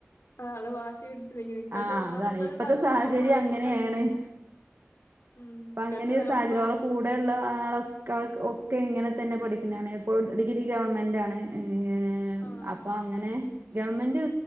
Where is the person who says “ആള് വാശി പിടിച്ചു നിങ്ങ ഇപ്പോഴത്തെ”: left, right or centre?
Left